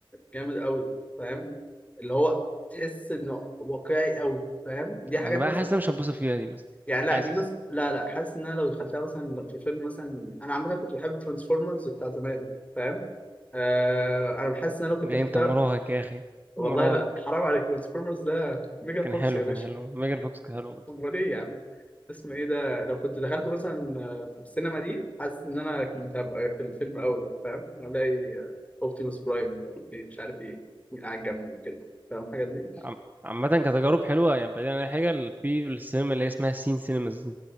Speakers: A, on the left; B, on the right.
A: جامد قوي فاهم اللي هو تحس انه واقعي قوي فاهم دي
B: ما
A: حاجات
B: انا بقى
A: مثلا
B: حاسس إن أنا مش هتبسط فيها دي مثلا
A: يعني لا
B: حاسس
A: دي مثلا لا لا حاسس ان انا لو دخلتها مثلا في فيلم مثلا انا عامه كنت بحب ترانسفورمرز بتاع زمان فاهم آه... انا بحس ان انا لو كنت
B: ده
A: دخلتها
B: انت مراهق يا اخي
A: والله
B: مراهق
A: لا حرام عليك ترانسفورمرز ده ميجان
B: كان
A: فوكس
B: حلو
A: يا باشا
B: كان حلو ميجان فوكس كان حلو برضه.
A: امال ايه يا عم اسمه ايه ده لو كنت دخلت مثلا آه، في السينما دي حاسس ان انا كنت هبقى في الفيلم اول بقى فاهم الاقي آه، اوبتيموس برايم في- مش عارف ايه قاعد جنبي كده فاهم الحاجات دي
B: عم- عامة كتجارب حلوة يعني بعيدا عن أي حاجة ال- في السينما اللي هي اسمها سين سينماز دي